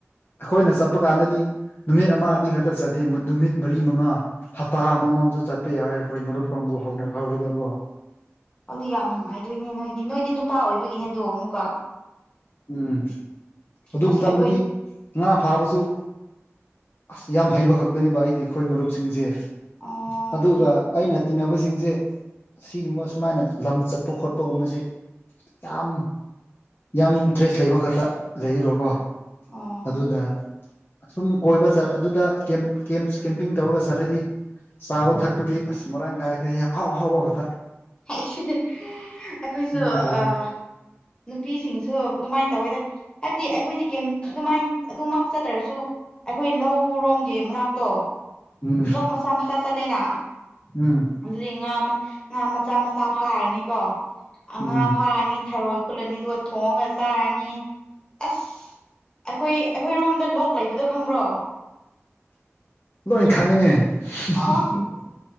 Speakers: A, on the left; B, on the left.
A: ꯑꯈꯣꯏꯅ ꯆꯠꯄ ꯀꯥꯟꯗꯗꯤ ꯅꯨꯃꯤꯠ ꯑꯃ ꯑꯅꯤ ꯈꯇ ꯆꯠꯇꯦ ꯃ ꯅꯨꯃꯤꯠ ꯃꯔꯤ ꯃꯉꯥ ꯍꯞꯇꯥ ꯑꯃꯃꯝꯁꯨ ꯆꯠꯄ ꯌꯥꯎꯋꯦ ꯑꯈꯣꯏ ꯃꯔꯨꯞ ꯀꯥꯡꯕꯨ ꯍꯧꯅ ꯍꯧꯔꯒꯀꯣ
B: ꯑꯗꯨ ꯌꯥꯝ ꯅꯨꯡꯉꯥꯏꯗꯨꯏꯅꯦ ꯅꯣꯏꯗꯤ ꯅꯣꯏꯗꯤ ꯅꯨꯄꯥ ꯑꯣꯏꯕꯒꯤꯅꯦꯗꯣ ꯑꯃꯨꯛꯀꯥ
A: ꯎꯝ ꯑꯗꯨ
B: ꯑꯁ
A: ꯃꯇꯝꯗꯗꯤ
B: ꯑꯩꯈꯣꯏ
A: ꯉꯥ ꯐꯥꯕꯁꯨ ꯑꯁ ꯌꯥꯝ ꯍꯩꯕ ꯈꯛꯇꯅꯦꯕ ꯑꯩꯒꯤ ꯑꯈꯣꯏ ꯃꯔꯨꯞꯁꯤꯡꯁꯦ
B: ꯑꯣ
A: ꯑꯗꯨꯒ ꯑꯩꯅ ꯇꯤꯟꯅꯕꯁꯤꯡꯁꯦ ꯁꯤꯒꯨꯝꯕ ꯁꯨꯃꯥꯏꯅ ꯂꯝ ꯆꯠꯄ ꯈꯣꯠꯄꯒꯨꯝꯕꯁꯤ ꯌꯥꯝ ꯌꯥꯝ ꯏꯟꯇ꯭ꯔꯦꯁ ꯂꯩꯕ ꯈꯛꯇ ꯂꯩꯔꯤꯕꯀꯣ
B: ꯑꯣ
A: ꯑꯗꯨꯗ ꯑꯁꯨꯝ ꯀꯣꯏꯕ ꯆꯠꯂ ꯑꯗꯨꯗ ꯀꯦꯝ ꯀꯦꯝꯁ ꯀꯦꯝꯄꯤꯡ ꯇꯧꯔꯒ ꯆꯠꯂꯗꯤ ꯆꯥꯕ ꯊꯛꯄꯗꯤ ꯑꯁ ꯃꯔꯥꯡ ꯀꯥꯏꯈ꯭ꯔꯦꯍꯦ ꯑꯍꯥꯎ ꯑꯍꯥꯎꯕ ꯈꯇ
B: <unintelligible> ꯑꯩꯈꯣꯏꯁꯨ
A: ꯁꯨꯃꯥꯏꯅ ꯇꯧꯋꯦ
B: ꯑ ꯅꯨꯄꯤꯁꯤꯡꯁꯨ ꯑꯗꯨꯃꯥꯏꯟ ꯇꯧꯋꯦꯗ ꯍꯥꯏꯕꯗꯤ ꯑꯩꯈꯣꯏꯗꯤ ꯀꯦꯝ ꯑꯗꯨꯃꯥꯏꯟ ꯑꯗꯨꯃꯛ ꯆꯠꯇ꯭ꯔꯁꯨ ꯑꯩꯈꯣꯏ ꯂꯧꯔꯣꯝꯒꯤ ꯃꯅꯥꯛꯇꯣ
A: ꯎꯝ
B: ꯂꯣꯛ ꯃꯆꯥ ꯃꯆꯥ ꯆꯠꯜꯂꯦꯅꯥ
A: ꯎꯝ
B: ꯑꯗꯨꯗꯩ ꯉꯥ ꯃ ꯉꯥ ꯃ ꯉꯥ ꯃꯆꯥ ꯐꯥꯔꯅꯤꯀꯣ ꯑꯥ
A: ꯎꯝ
B: ꯉꯥ ꯐꯥ ꯊꯥꯛꯑꯅꯤ ꯊꯔꯣꯏ ꯈꯨꯜꯂꯅꯤ ꯑꯗꯨꯒ ꯊꯣꯡꯉꯒ ꯆꯥꯔꯅꯤ ꯑꯁ ꯑꯩꯈꯣꯏ ꯑꯩꯈꯣꯏꯔꯣꯝꯗ ꯂꯣꯛ ꯂꯩꯕꯗꯣ ꯈꯪꯕ꯭ꯔꯣ
A: ꯂꯣꯏ ꯈꯪꯉꯤꯅꯦ <unintelligible>
B: ꯑ